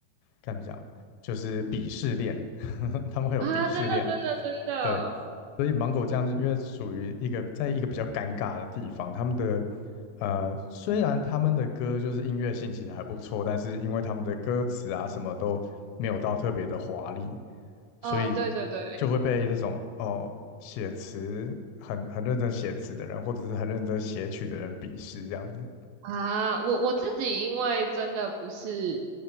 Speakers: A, on the left (about 80°); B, on the right (about 75°).
A: 该怎么讲，就是鄙视链，<laughs> 他们会有鄙视链，
B: 啊，真的真的真的，
A: 对，
B: 呃
A: 所以芒果这样子，因为属于一个在一个比较尴尬的地方，他们的呃，虽然他们的歌就是音乐性其实还不错，但是因为他们的歌词啊什么都没有到特别的华丽，所以
B: 呃，对对对
A: 就会被这种哦写词很很认真写词的人，或者是很认真写曲的人鄙视这样子。
B: 啊，我我自己因为真的不是